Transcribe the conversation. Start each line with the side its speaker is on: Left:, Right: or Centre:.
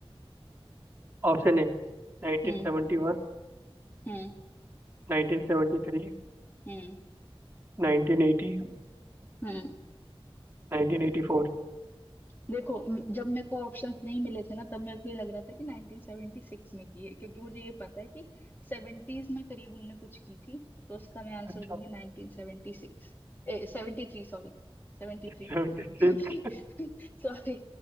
Right: Option A 1971
Left: हम्म हम्म
Right: 1973
Left: हम्म
Right: 1980
Left: हम्म
Right: 1984
Left: देखो म- जब मेरे को ऑप्शंस नहीं मिले थे ना तब मेरे को ये लग रहा था कि 1976 में की है क्योंकि मुझे ये पता है कि 70s में करीब उनने कुछ की थी तो उसका मैं आंसर
Right: अच्छा
Left: दूंगी 1976 ए 73 सॉरी 73
Right: 76
Left: क्योंकि <laughs> सॉरी